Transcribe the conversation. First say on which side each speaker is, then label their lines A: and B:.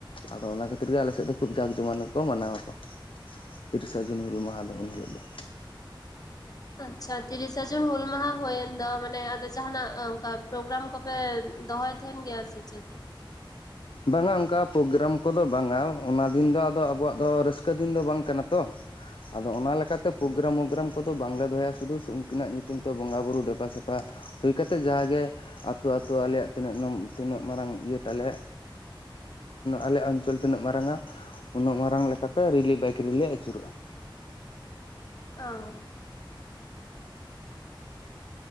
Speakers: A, on the left; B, on the left.
A: ᱟᱫᱚ ᱚᱱᱟ ᱠᱷᱟᱹᱛᱤᱨ ᱠᱷᱟᱹᱛᱤᱨ ᱜᱮ ᱟᱞᱮ ᱥᱮᱫ ᱫᱚ ᱠᱷᱩᱵ ᱡᱟᱠ ᱡᱚᱢᱚᱠ ᱠᱚ ᱢᱟᱱᱟᱣ ᱟᱠᱚ ᱛᱤᱨᱤᱥᱟ ᱡᱩᱱ ᱦᱩᱞ ᱢᱟᱦᱟ ᱫᱚ ᱩᱱ ᱦᱤᱞᱳᱜ ᱫᱚ
B: ᱟᱪᱪᱷᱟ ᱛᱤᱨᱤᱥᱟ ᱡᱩᱱ ᱦᱩᱞ ᱢᱟᱦᱟ ᱦᱩᱭᱮᱱ ᱫᱚ ᱢᱟᱱᱮ ᱟᱫᱚ ᱡᱟᱸᱦᱱᱟᱜ ᱚᱱᱠᱟ ᱯᱨᱳᱜᱨᱟᱢ ᱠᱚᱯᱮ ᱫᱚᱦᱚᱭ ᱛᱟᱦᱮᱱ ᱜᱮᱭᱟ ᱥᱮᱪᱮᱫ
A: ᱵᱟᱝ-ᱟ ᱚᱱᱠᱟ ᱯᱨᱳᱜᱨᱟᱢ ᱠᱚᱫᱚ ᱵᱟᱝᱼᱟ ᱚᱱᱟ ᱫᱤᱱ ᱫᱚ ᱟᱫᱚ ᱟᱵᱚᱣᱟᱜ ᱫᱚ ᱨᱟᱹᱥᱠᱟᱹ ᱫᱤᱱ ᱫᱚ ᱵᱟᱝ ᱠᱟᱱᱟ ᱛᱚ ᱟᱫᱚ ᱚᱱᱟ ᱞᱮᱠᱟᱛᱮ ᱯᱨᱳᱜᱨᱟᱢ ᱢᱳᱜᱨᱟᱢ ᱫᱚ ᱵᱟᱝᱞᱮ ᱫᱚᱦᱚᱭᱟ ᱥᱩᱫᱷᱩ ᱩᱱᱠᱤᱱᱟᱜ ᱧᱩᱛᱩᱢ ᱛᱮ ᱵᱚᱸᱜᱟ ᱵᱩᱨᱩ ᱫᱮᱵᱟ ᱥᱮᱵᱟ ᱦᱩᱭ ᱠᱟᱛᱮ ᱡᱟᱜᱮ ᱟᱛᱳ ᱟᱛᱚ ᱟᱞᱮᱭᱟᱜ ᱛᱤᱱᱟᱹᱜ ᱛᱤᱱᱟᱹᱜ ᱢᱟᱨᱟᱝ ᱤᱭᱟᱹ ᱛᱟᱞᱮ ᱟᱞᱮ ᱚᱧᱪᱚᱞ ᱛᱤᱱᱟᱹᱜ ᱢᱟᱨᱟᱝ ᱟ ᱩᱱᱟᱹᱜ ᱢᱟᱨᱟᱝ ᱞᱮᱠᱟᱛᱮ ᱨᱮᱞᱤ ᱵᱟᱭᱤᱠ ᱨᱮᱞᱤ ᱟᱹᱪᱩᱨᱚᱜᱼᱟ
B: ᱚ